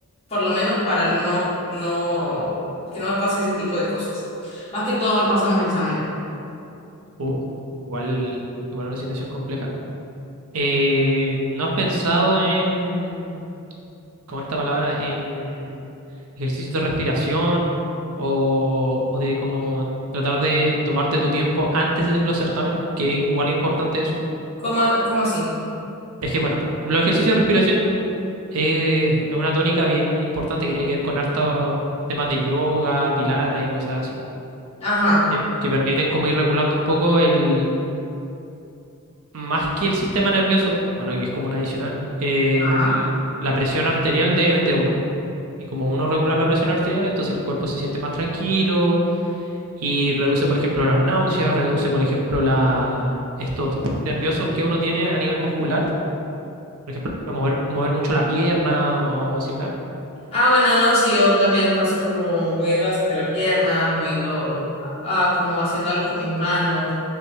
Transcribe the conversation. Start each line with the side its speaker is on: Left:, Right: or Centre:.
Left: por lo menos para no, no, que no me pase ese tipo de cosas. Más que todo me pasan los exámenes.
Right: uh, igual, igual una situación compleja. Eh, ¿no has pensado en, con esta palabra, en ejercicios de respiración o, o de como tratar de tomarte tu tiempo antes de los certámenes? Que es igual importante eso.
Left: ¿Cómo, cómo así?
Right: Es que bueno, los ejercicios de respiración es una tónica bien importante que tiene que ver con hartos temas de yoga, pilates y cosas así,
Left: Ajá.
Right: que, que permiten como ir regulando un poco el, más que el sistema nervioso, bueno, que es como un adicional, el-
Left: Ajá.
Right: la presión arterial de, de uno. Y como uno regula la presión arterial, entonces el cuerpo se siente más tranquilo y reduce, por ejemplo, las náuseas, reduce, por ejemplo, la, estos nerviosos que uno tiene a nivel muscular Por ejemplo, mover, mover mucho la pierna o similar.
Left: Ah, bueno, no, sí, yo también paso como moviendo bastante la pierna, moviendo, ah, ah, como haciendo algo con mis manos,